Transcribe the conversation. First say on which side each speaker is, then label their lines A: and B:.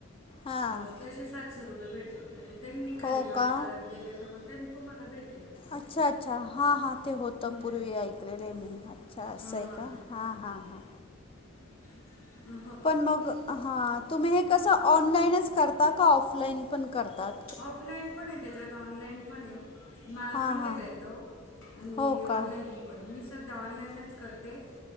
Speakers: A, on the left; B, on the left.
A: हां
B: हो तसे सातशे रुपये भेटेल आणि त्यांनी खाली
A: हो
B: जॉईन
A: का
B: करायला गेले तर मग त्यांनी तुम्हाला भेट
A: अच्छा अच्छा हां हां ते होतं
B: हम्म.
A: पूर्वी ऐकलेलं आहे मी हाय. अच्छा असं
B: हां
A: आहे का? हां हां हां.
B: <unintelligible>
A: पण मग हां, तुम्ही हे कसं ऑनलाईनच करता का? ऑफलाईन पण करतात?
B: ऑफलाईन पण आहे त्याच्यात ऑनलाईन पण आहे.
A: हां
B: <unintelligible> पण
A: हां
B: घेता येतो आणि
A: हो
B: ऑनलाइन
A: का
B: मी सध्या ऑनलाइनच करते,